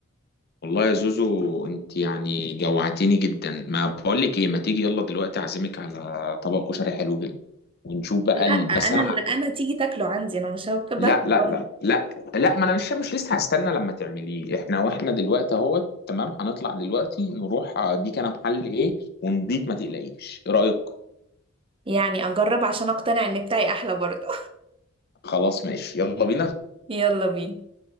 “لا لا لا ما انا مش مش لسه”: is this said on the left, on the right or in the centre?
Left